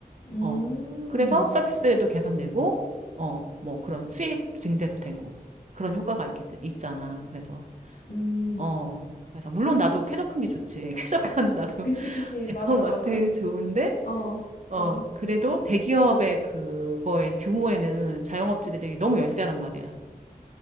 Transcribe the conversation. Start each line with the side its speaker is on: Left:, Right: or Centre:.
Left: 음. 음.
Right: 어. 그래서 서비스도 개선되고, 어, 뭐 그런 수익 증대도 되고 그런 효과가 있기, 때- 있잖아. 그래서,
Left: 음,
Right: 어.
Left: 음.
Right: 그래서 물론 나도 쾌적한 게 좋지. <laughs> 쾌적한 나도
Left: 그치 그치.
Right: <laughs> 대형마트
Left: 맞아 맞아.
Right: 좋은데,
Left: 어.
Right: 어,
Left: 어.
Right: 그래도 대기업의 그거엔 규모에는 자영업자들이 너무 열세란 말이야.